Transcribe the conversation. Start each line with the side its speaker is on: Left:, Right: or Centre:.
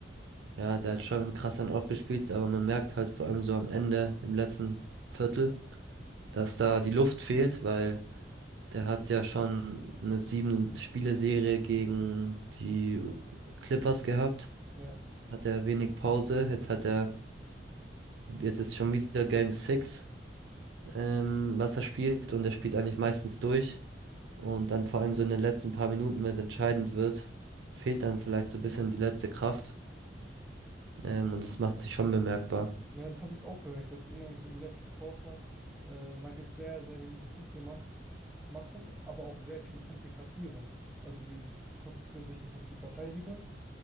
Right: Ja, der hat schon krass dann aufgespielt, aber man merkt halt vor allem so am Ende, im letzten Viertel, dass da die Luft fehlt, weil Der hat ja schon eine Sieben-Spiele-Serie gegen die Clippers gehabt.
Centre: Ja.
Right: Hat er wenig Pause. Jetzt hat er, jetzt ist schon wieder Game 6, ähm, was er spielt. Und er spielt eigentlich meistens durch. Und dann vor allem so in den letzten paar Minuten, wenn es entscheidend wird, fehlt dann vielleicht so ein bisschen die letzte Kraft. Ähm, und das macht sich schon bemerkbar.
Centre: Ja, das habe ich auch bemerkt, dass immer so im letzten Quarter äh, Nuggets sehr, sehr wenige Punkte mach machen, aber auch sehr viele Punkte kassieren. Also die, die konzentrieren sich nicht auf die Verteidigung,